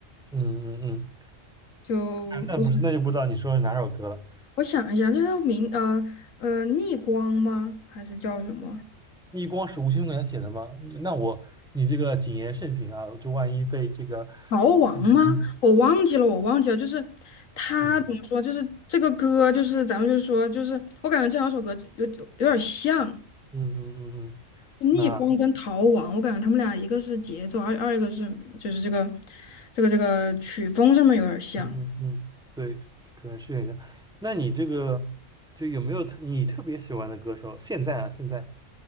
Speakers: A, in the centre; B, on the left (about 85°).
A: 嗯嗯嗯，
B: 就
A: 那那不是那就不知道你说是哪首歌了，
B: 我我想一下，这是明呃呃逆光吗？还是叫什么
A: 逆光是吴青峰给他写的吗？你那我你这个谨言慎行啊，就万一被这个，
B: 逃亡吗？
A: 嗯
B: 我忘记了，我忘记了。就是他怎么说？
A: 嗯
B: 就是这个歌，就是咱们就是说，就是我感觉这两首歌有有有点像
A: 嗯嗯嗯，
B: 逆光跟逃亡。
A: 那
B: 我感觉他们俩一个是节奏，二二一个是就是这个这个这个曲风上面有点像。
A: 嗯嗯嗯对，可能是有点像那你这个就有没有特你特别喜欢的歌手？现在啊，现在